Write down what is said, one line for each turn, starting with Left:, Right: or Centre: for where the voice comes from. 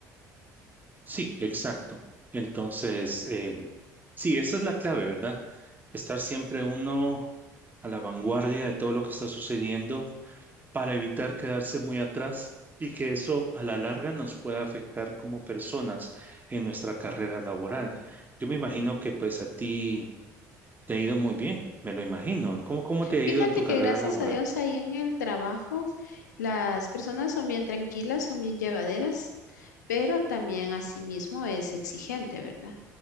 Right: Sí, exacto. Entonces, em, sí, esa es la clave, ¿verdad? Estar siempre uno a la vanguardia de todo lo que está sucediendo para evitar quedarse muy atrás y que eso a la larga nos pueda afectar como personas en nuestra carrera laboral. Yo me imagino que pues a ti te ha ido muy bien, me lo imagino. ¿Cómo, cómo te ha
Left: Fíjate
Right: ido en tu carrera
Left: que gracias
Right: laboral?
Left: a Dios ahí en el trabajo las personas son bien tranquilas, son bien llevaderas, pero también asimismo es exigente, ¿verdad?